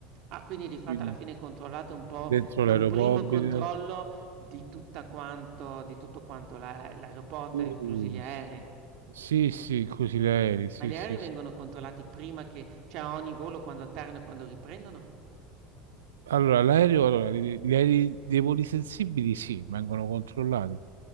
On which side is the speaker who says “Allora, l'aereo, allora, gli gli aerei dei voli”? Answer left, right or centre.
Right